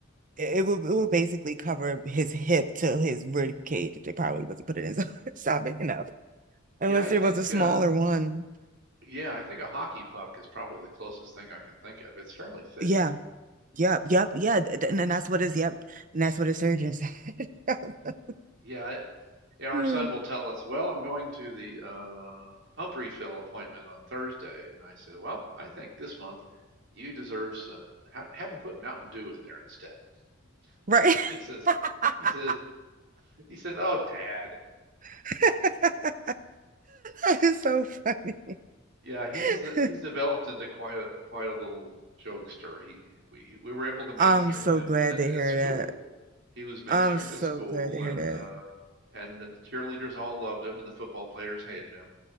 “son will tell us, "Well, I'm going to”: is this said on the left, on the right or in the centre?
Right